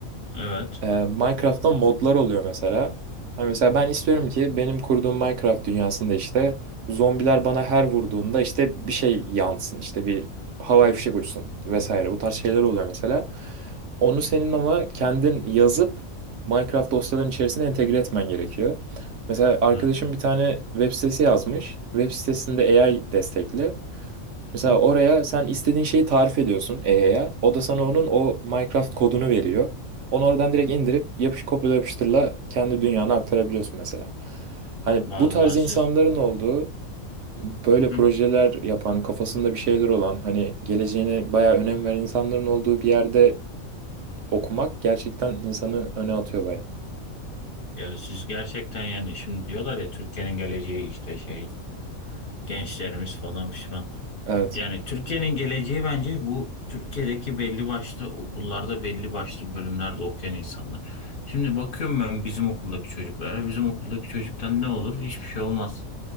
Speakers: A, on the left; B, on the right.
A: Evet.
B: Ee, Minecraft'ta modlar oluyor mesela. Hani mesela ben istiyorum ki benim kurduğum Minecraft dünyasında işte zombiler bana her vurduğunda işte bir şey yansın, işte bir havai fişek uçsun vesaire. Bu tarz şeyler oluyor mesela. Onu senin ama kendin yazıp Minecraft dosyaların içerisine entegre etmen gerekiyor. Mesela arkadaşım
A: Evet.
B: bir tane web sitesi yazmış. Web sitesinde AI destekli. Mesela
A: Hı.
B: oraya sen istediğin şeyi tarif ediyorsun EA'ya. O da sana onun o Minecraft kodunu veriyor. Onu oradan direkt indirip yapış kopyala yapıştırla kendi dünyana aktarabiliyorsun mesela. Hani
A: Vallahi
B: bu tarz insanların
A: siz
B: olduğu, böyle
A: Hı hı.
B: projeler yapan, kafasında bir şeyler olan, hani geleceğine bayağı önem veren insanların olduğu bir yerde okumak gerçekten insanı öne atıyor bayağı.
A: Ya siz gerçekten yani şimdi diyorlar ya Türkiye'nin geleceği işte şey gençlerimiz falan pişman.
B: Evet.
A: Yani Türkiye'nin geleceği bence bu Türkiye'deki belli başlı okullarda belli başlı bölümlerde okuyan insanlar. Şimdi bakıyorum ben bizim okuldaki çocuklara. Bizim okuldaki çocuktan ne olur? Hiçbir şey olmaz.